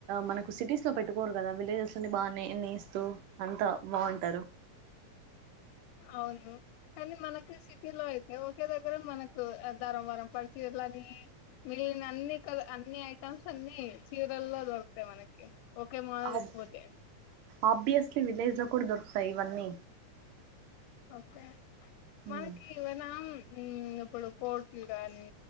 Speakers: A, on the right; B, on the left.
A: మనకు సిటీస్ లో పెట్టుకోరు కదా విలేజెస్ లోని బాగా నేస్తూ అంతా బాగుంటారు
B: అవును కానీ మనకు సిటీలో అయితే ఒకే దగ్గర మనకు ధారంవరం పడిచీరలని మిగిలిన అన్ని క అన్ని ఐటమ్స్ అన్ని చీరల్లో దొరుకుతాయి మనకి ఒకే మానకి
A: ఆబ్
B: పోతే
A: ఆబ్వియస్లీ విలేజ్ లో కూడా దొరుకుతాయి ఇవన్నీ
B: ఓకే మనకివనా
A: ఉమ్
B: ఇప్పుడు కోట్లు గాని